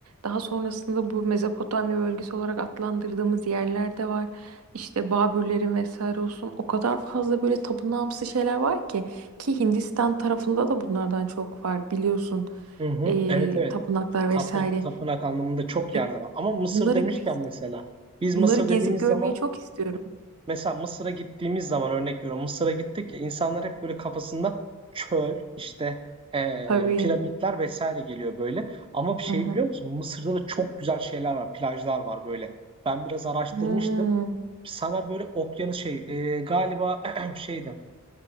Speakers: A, on the right (about 80°); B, on the right (about 25°).
A: Daha sonrasında bu Mezopotamya bölgesi olarak adlandırdığımız yerlerde var. İşte Babürlerin vesaire olsun. O kadar fazla böyle tapınağımsı şeyler var ki ki Hindistan tarafında da bunlardan çok var biliyorsun.
B: Hı hı.
A: Ee,
B: Evet evet.
A: tapınaklar
B: Tapınak,
A: vesaire.
B: tapınak anlamında çok
A: Evet,
B: yerde var. Ama Mısır
A: bunları
B: demişken
A: gez-
B: mesela biz
A: bunları
B: Mısır
A: gezip
B: dediğimiz
A: görmeyi
B: zaman
A: çok istiyorum.
B: Mesela Mısır'a gittiğimiz zaman örnek veriyorum. Mısır'a gittik ya insanlar hep böyle kafasında çöl, işte eee,
A: Tabii.
B: piramitler vesaire geliyor böyle. Ama bir şey
A: Hı hı.
B: biliyor musun? Mısır'da da çok güzel şeyler var, plajlar var böyle. Ben biraz araştırmıştım.
A: Hmm.
B: Sana böyle okyanus şey eee, galiba <clears throat> şeydi